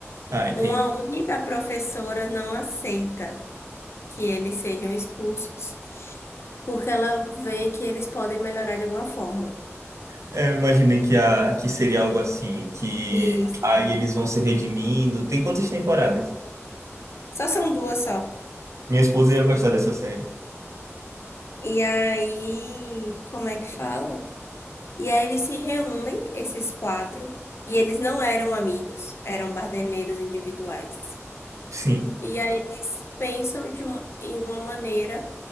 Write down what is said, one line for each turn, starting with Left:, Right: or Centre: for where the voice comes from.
Right: Ah, entendi.
Left: Uma única professora não aceita que eles sejam expulsos, porque ela vê que eles podem melhorar de alguma forma.
Right: É, eu imaginei que, a, que seria algo assim, que
Left: Isso.
Right: aí eles vão se redimindo. Tem quantas temporadas?
Left: Só são duas só.
Right: Minha esposa ia gostar dessa série.
Left: E aí, como é que fala? E aí eles se reúnem, esses quatro, e eles não eram amigos, eram bardeneiros individuais.
Right: Sim,
Left: E aí eles pensam de uma- em uma maneira